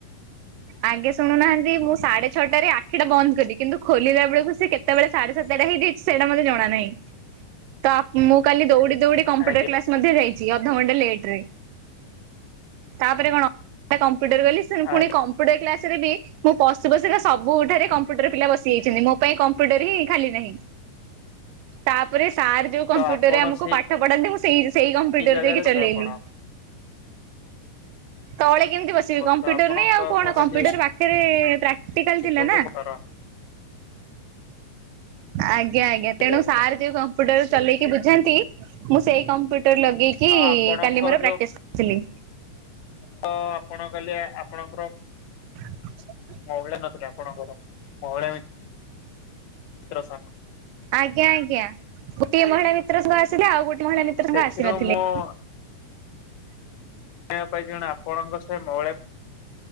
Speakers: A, on the right; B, on the left.
A: ଆଗେ ଶୁଣୁନାହାନ୍ତି ମୁଁ ସାଢେ ଛଅଟାରେ ଆଖି ଟା ବନ୍ଦ କରିଲି କିନ୍ତୁ ଖୋଲିଲା ବେଳକୁ ସେ କେତେ ବେଳେ ସାଢେ ସାତେଟା ହେଇଯାଇଛି ସେଇଟା ମତେ ଜଣା ନାହିଁ ତ ମୁଁ କାଲି ଦୌଡି ଦୌଡି କମ୍ପୁଟର
B: ଆଜ୍ଞା
A: କ୍ଳାସ୍ ମଧ୍ୟ ଯାଇଛି ଅଧଘଣ୍ଟା ଲେଟରେ ତାପରେ କଣ କମ୍ପ୍ୟୁଟର ଗଲି ସେ
B: ଆ
A: ପୁଣି କମ୍ପ୍ୟୁଟର କ୍ଲାସ ରେ ବି ମୁଁ ପଶୁ ପଶୁ କା ସବୁଠାରେ କମ୍ପ୍ୟୁଟର ପିଲା ବସିଯାଇଛନ୍ତି ମୋ ପାଇଁ କମ୍ପ୍ୟୁଟର ହିଁ ଖାଲି ନାହିଁ। ତାପରେ ସାର୍ ଯୋଉ କମ୍ପ୍ୟୁଟରରେ
B: ତ ଆପଣ
A: ଆମକୁ
B: ସେଇ
A: ପାଠ ପଢାନ୍ତି ମୁଁ ସେଇ ସେଇ କମ୍ପ୍ୟୁଟର
B: ଜାଗାରେ
A: ଯାଇକି
B: ବୋଧେ
A: ଚଲେଇଲି
B: ଆପଣ
A: ତଳେ କେମତି ବସ କମ୍ପ୍ୟୁଟର
B: ତ ଆପଣଙ୍କ
A: ନାହିଁ ଆଉ କଣ
B: ସହ ଖାଲି
A: କମ୍ପୁଟର ପାଖରେ ପ୍ରାକ୍ଟିକାଲ ଥିଲା
B: ସବୁ
A: ନା।
B: ଘର
A: ଆଜ୍ଞା ଆଜ୍ଞା
B: ତ
A: ତେଣୁ ସାର୍ ଯୋଉ କମ୍ପ୍ୟୁଟର ଚଲେଇକି ବୁଝାନ୍ତି ମୁଁ ସେଇ କମ୍ପୁଟ ଟର୍ ଲଗେଇକି
B: ଆପଣଙ୍କର
A: କାଲି ମୋର ପ୍ରାକ୍ଟିସ
B: ଯୋଉ
A: କରିଥିଲି।
B: ତ ଆପଣ କହିଲେ ଆପଣଙ୍କର
A: <unintelligible>
B: ମହିଳା ନଥିଲେ ଆପଣଙ୍କର ମହିଳା ମିତ୍ର। <unintelligible>
A: ଆଜ୍ଞା ଆଜ୍ଞା ଗୋଟିଏ ମହିଳା ମିତ୍ର ସାଙ୍ଗ ଆସିଲେ ଆଉ ଗୋଟେ ମହିଳା ମିତ୍ର ସାଙ୍ଗ
B: ସେଥିରୁ
A: ଆସିନଥିଲେ।
B: ମୁଁ ଶୁଣିବା ଶୁଣିବାକୁ ପାଇଛି କଣ ଆପଣଙ୍କ ସେ ମହିଳା